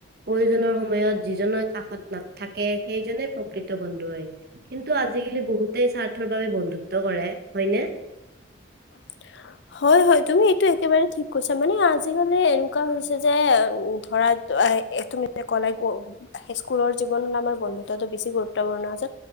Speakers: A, on the right; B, on the left.
A: প্ৰয়োজনৰ সময়ত যিজনৰ কাষত নাথাকে সেইজনে প্ৰকৃত বন্ধু হয়। কিন্তু আজিকালি বহুতেই স্বাৰ্থৰ বাবে বন্ধুত্ব কৰে, হয়নে?
B: <inaudible> হয় হয় তুমি এইটো একেবাৰে ঠিক কৈছা, মানে আজিকালি এনেকুৱা হৈছে যে ধৰা এ তুমি কলাই হাই স্কুলৰ জীৱনত আমাৰ বন্ধুত্বটো বেছি গুৰুত্বপূৰ্ণ আছে।